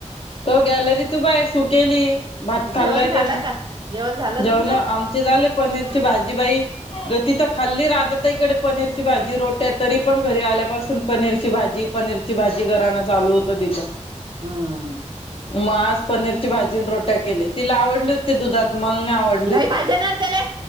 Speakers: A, on the left; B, on the right.
A: तो गॅलरीत उभाय सु केली. भात
B: जेवण
A: खाल्लाय
B: झालं
A: त्याने.
B: का जेवण झालं
A: जेवण
B: तुमचं
A: आमचे झाले. पनीरची भाजी बाई- गती तर खाल्ली राधा ताईकडे पनीरची भाजी रोट्या तरी पण घरी आल्यापासून पनीरची ची भाजी, पनीरची भाजी गरहाण चालू होत तिच.
B: हम्.
A: मग आज पनीरची भाजी रोट्या केली, तिला आवडली होती दुधात. मला नाही आवड-
B: नाही पाहिजे ना त्याले.